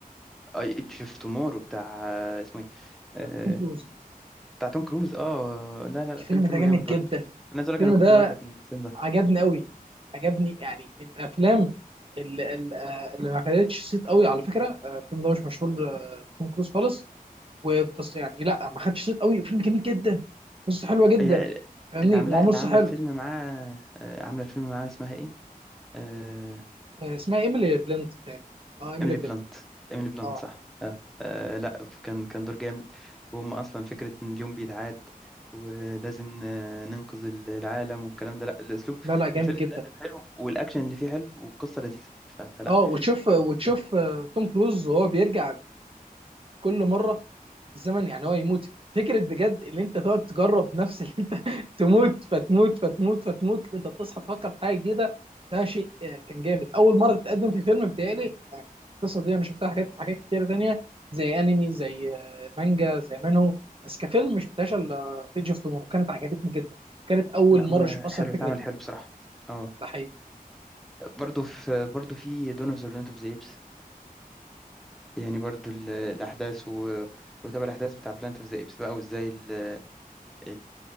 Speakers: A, in the centre; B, on the right (about 35°).
A: اي ايدج اوف تومورو بتاع آه، اسمه ايه آه،
B: توم كروز
A: بتاع توم كروز اه لا لا
B: الفيلم
A: لا، فيلم فيلم
B: ده جامد
A: جامد برضه
B: جدا
A: انا عايز اقول
B: الفيلم
A: لك انا كنت
B: ده
A: هقول لك الفيلم ده
B: عجبني قوي عجبني يعني من الافلام اللي, اللي آه، اللي ما خدتش صيت قوي على فكره آه، الفيلم ده مش مشهور آه، توم كروز خالص والتص... يعني لا ما خدش صيت قوي الفيلم جميل جدا قصه حلوه جدا
A: هي
B: فاهمني
A: اللي عاملاه
B: ومعمول
A: اللي
B: صح
A: عامله
B: حلو
A: الفيلم معاه آه، عامله الفيلم معاه اسمها ايه آه،
B: آه، اسمها ايميلي بلنت تاني اه ايميلي
A: ايميلي
B: بلنت
A: بلانت ايميلي بلانت
B: اه
A: صح آه. آه لا كان كان دور جامد وهم اصلا فكره ان اليوم بيتعاد ولازم آه، ننقذ العالم والكلام ده لا الاسلوب
B: لا لا جامد
A: الفيلم
B: جدا
A: اتقدم حلو والاكشن اللي فيه حلو والقصه لذيذه ف- فلا
B: اه وتشوف
A: يعني
B: وتشوف
A: الفيلم-
B: آه، توم كروز وهو بيرجع كل مره الزمن يعني هو يموت فكره بجد ان انت تقعد تجرب نفس اللي انت <laughs> تموت فتموت فتموت فتموت انت بتصحى تفكر في حاجه جديده ده شيء آه، كان جامد اول مره تتقدم في فيلم بتهيألي يعني القصه دي انا شفتها حاجات حاجات كتيره تانيه زي انمي زي آه، مانجا زي مانهو بس كفيلم ما شفتهاش الا في ايدج اوف تومورو كانت عجبتني جدا كانت اول
A: لا هو
B: مره اشوف اصلا
A: حلو
B: الفكره
A: اتعمل
B: دي
A: حلو بصراحه اه
B: ده حقيقي
A: برضو في برضو في دون اوف ذا بلانت اوف ذا ايبس يعني برضو ال- الاحداث و- وتابع الاحداث بتاع بلانت اوف ذا ايبس بقى وازاي ال- ال-